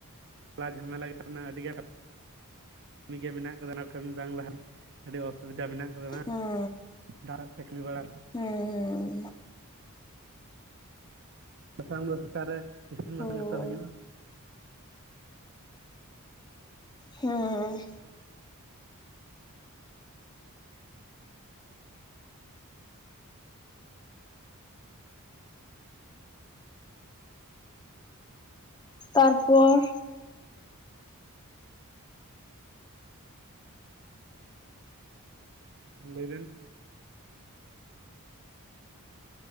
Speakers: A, on the right; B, on the left.
A: ᱡᱷᱟᱢᱮᱞᱟ ᱨᱮᱱᱟᱜ ᱟᱹᱰᱤᱜᱟᱱ ᱠᱟᱹᱢᱤ ᱜᱮ ᱢᱮᱱᱟᱜ ᱠᱟᱫᱟ᱾ ᱚᱱᱟ ᱠᱟᱹᱢᱤ ᱵᱟᱝ ᱞᱟᱦᱟ ᱟᱹᱰᱤ ᱚᱥᱩᱵᱤᱫᱟ ᱢᱮᱱᱟᱜ ᱟᱠᱟᱫᱟ᱾
B: ᱦᱮᱸ
A: ᱫᱟᱜ ᱟᱛᱮ ᱠᱟᱢᱤ ᱵᱟᱲᱟ
B: ᱦᱩᱸ, ᱦᱩᱸ᱾
A: ᱵᱟᱝᱠᱷᱟᱱ ᱫᱚ ᱥᱮᱛᱟᱜ ᱨᱮ ᱤᱥᱤᱱ
B: ᱦᱳᱭ
A: ᱵᱟᱥᱟᱝ ᱡᱚᱛᱚ ᱦᱩᱭᱩᱜᱼᱟ᱾
B: ᱦᱮᱸ᱾ ᱛᱟᱨᱯᱚᱨ
A: ᱞᱟᱹᱭ ᱵᱤᱱ